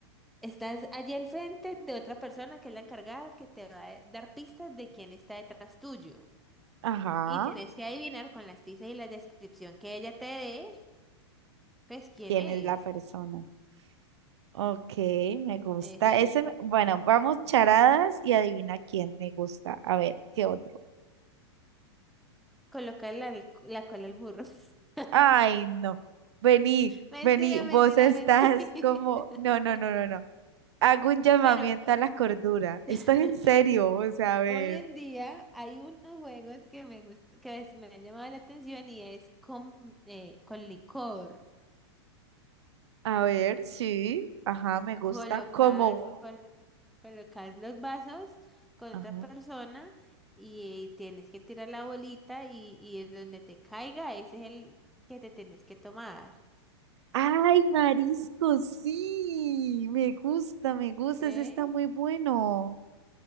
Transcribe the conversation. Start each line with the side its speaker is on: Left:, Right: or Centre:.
Centre: Estás allí al frente de otra persona que es la encargada que te va a dar pistas de quién está detrás tuyo.
Right: Ajá,
Centre: Y tenés que adivinar con las pistas y la descripción que ella te dé, pues quién
Right: quién
Centre: es.
Right: es la persona. Ok, me gusta.
Centre: Ese.
Right: Ese, me- bueno,
Centre: Mm.
Right: vamos charadas y adivina quién me gusta. A ver, ¿qué otro?
Centre: Colocar la, la cola al burro. <laughs>
Right: Ay, no. Vení,
Centre: Mentira,
Right: vení, vos
Centre: mentira,
Right: estás
Centre: mentira.
Right: como,
Centre: <laughs>
Right: no, no, no, no, no. Hago un llamamiento
Centre: Bueno,
Right: a la cordura. Esto
Centre: <laughs>
Right: es en serio, o sea, a ver.
Centre: hoy en día hay unos juegos que me gust- que es- me han llamado la atención y es con, eh, con licor.
Right: A ver, sí, ajá, me gusta
Centre: Colocas,
Right: como un-
Centre: colo- colocas los vasos con
Right: Ajá.
Centre: otra persona y eh, tienes que tirar la bolita y, y es donde te caiga, ese es el que te tienes que tomar.
Right: ¡Ay, marisco! Sí, me gusta, me gusta,
Centre: ¿Qué?
Right: ese está muy bueno.